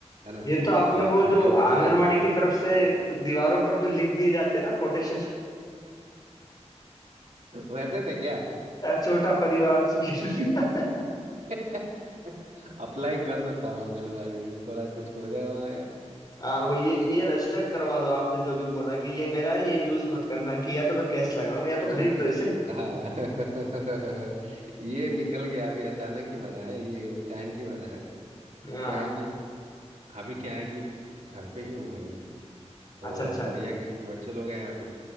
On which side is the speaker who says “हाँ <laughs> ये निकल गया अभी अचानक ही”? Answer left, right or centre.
Right